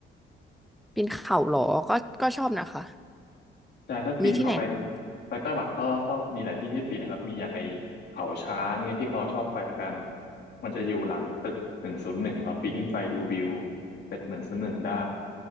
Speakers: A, in the centre; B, on the left.
A: ปีนเขาเหรอก็ก็ชอบนะคะ
B: ใช่ถ้าปีนเขาไป
A: มีที่ไหนแนะนำไหมคะ
B: ไปไต้หวันก็ก็มีหลายที่ให้ปีนนะครับมีอย่างไอเขาช้างเนี่ยที่เขาชอบไปกันมันจะอยู่หลังตึกหนึ่งศูนย์หนึ่งเราปีนขึ้นไปดูวิวตึกหนึ่งศูนย์หนึ่งได้